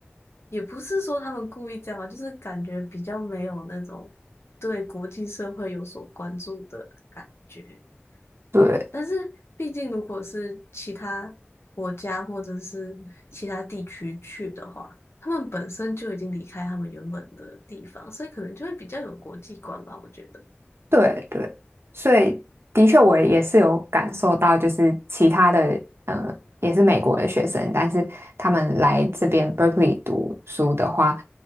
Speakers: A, on the left; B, on the right.
A: 也不是说他们故意这样啊，就是感觉比较没有那种对国际社会有所关注的感觉。
B: 对
A: 但是毕竟如果是其他国家或者是其他地区去的话，他们本身就已经离开他们原本的地方，所以可能就会比较有国际观吧，我觉得。
B: 对对，所以的确我也是有感受到，就是其他的呃也是美国的学生，但是他们来这边 Berkeley 读书的话，